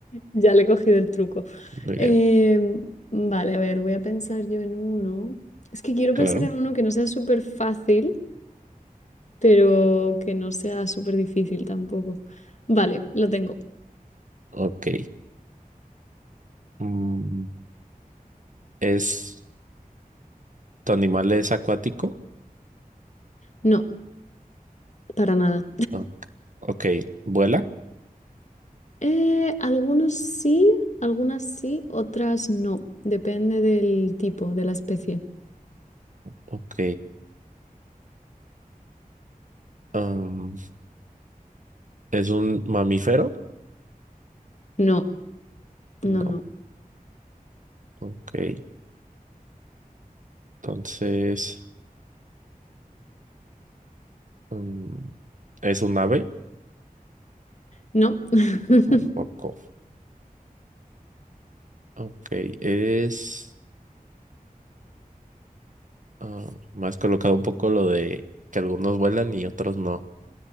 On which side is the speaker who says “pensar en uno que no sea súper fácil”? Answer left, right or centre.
Left